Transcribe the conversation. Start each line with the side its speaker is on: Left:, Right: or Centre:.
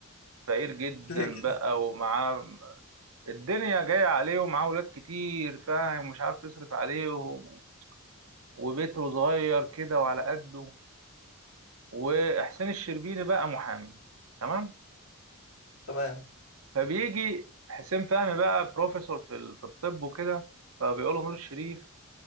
Right: فقير جدا
Left: <laughs> ليه كده
Right: بقى ومعاه الدنيا جاية عليه ومعاه ولاد كتير فاهم مش عارف يصرف عليهم وبيته صغير كده وعلى قده وحسين الشربيني بقى محامي تمام
Left: تمام
Right: فبيجي حسين فهمي بقى بروفيسور في ال- في الطب وكده فبيقول له نور الشريف